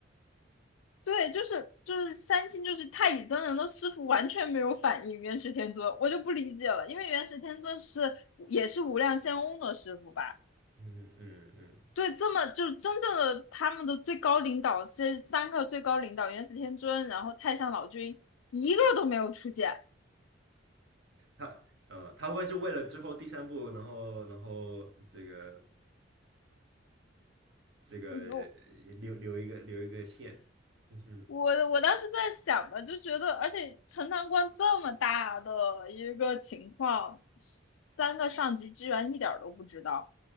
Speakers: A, on the left (about 85°); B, on the right (about 70°).
A: 对，就是就是三清就是太乙真人的师傅完全没有反应元始天尊，我就不理解了，因为元始天尊是也是无量仙翁的师傅吧？
B: 嗯嗯嗯，
A: 对，这么就是真正的他们的最高领导，这三个最高领导元始天尊，然后太上老君一个都没有出现，
B: 他呃，他会不会是为了之后第三部，然后然后这个这个
A: 我
B: 留留一个留一个线？嗯哼，
A: 我我当时在想嘛，就觉得，而且陈塘关这么大的一个情况，三个上级居然一点儿都不知道。